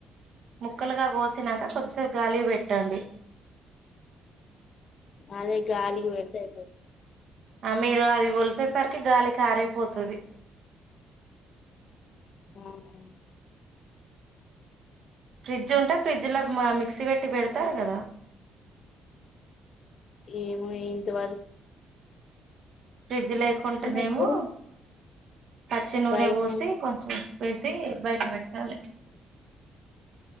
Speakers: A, on the right (about 65°); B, on the left (about 50°).
A: ముక్కలుగా కోసినాక కొద్దిసేపు గాలి పెట్టండి
B: అదే గాలికి వెడతాపో
A: ఆ మీరు అది వలిసేసరికి గాలి కారైపోతుది
B: ఉ హు
A: ఫ్రిడ్జ్ ఉంటే ఫ్రిడ్జ్ లో మిక్సీ పెట్టి పెడతారు కదా
B: ఏమో ఇంతవ
A: ఫ్రిడ్జ్ లేకుంటనేమో
B: ఎప్పుడు
A: పచ్చి నూనె
B: బయటనే
A: పోసి కొంచెం వేసి బయట పెట్టాలి
B: <inaudible>